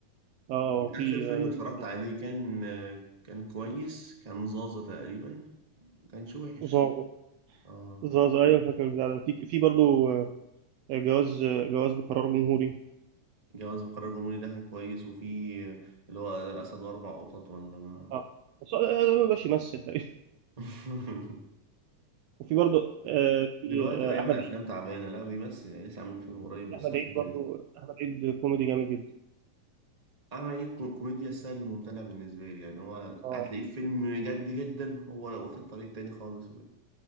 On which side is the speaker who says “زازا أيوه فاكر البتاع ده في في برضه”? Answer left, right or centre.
Right